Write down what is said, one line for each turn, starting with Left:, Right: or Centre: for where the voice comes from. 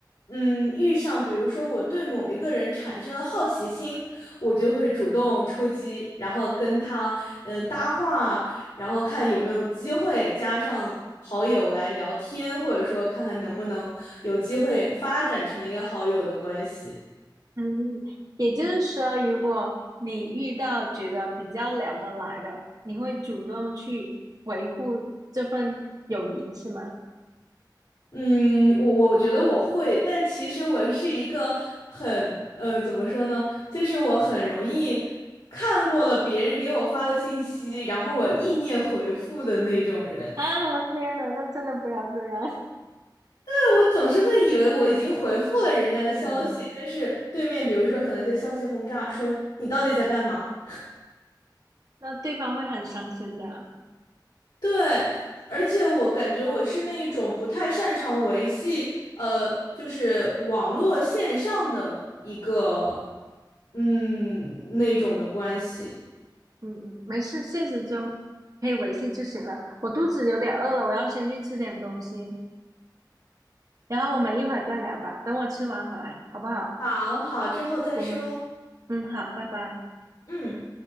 Left: 嗯，遇上比如说我对某一个人产生了好奇心，我就会主动出击，然后跟他嗯搭话，然后看有没有机会加上好友来聊天，或者说看看能不能有机会发展成一个好友的关系。
Right: 嗯，也就是说，如果你遇到觉得比较聊得来的，你会主动去维护这份友谊，是吗？
Left: 嗯，我我觉得我会，但其实我是一个很，呃，怎么说呢？就是我很容易看过了别人给我发的信息，然后我意念回复的那种人。
Right: 啊，我天呐，那真的不要这样，<laughs>
Left: 但我总是会以为我已经回复了人家的消息，
Right: 嗯，
Left: 但是对面比如说可能就消息轰炸，说你到底在干嘛？
Right: 那对方会很伤心的。
Left: 对，而且我感觉我是那一种不太擅长维系，呃，就是网络线上的一个，嗯，那种的关系。
Right: 嗯嗯，没事，现实中可以维系就行了。我肚子有点饿了，我要先去吃点东西，然后我们一会儿再聊吧。等我吃完回来，好不好？
Left: 好好，之后再说。
Right: 行，嗯，好，拜拜。
Left: 嗯。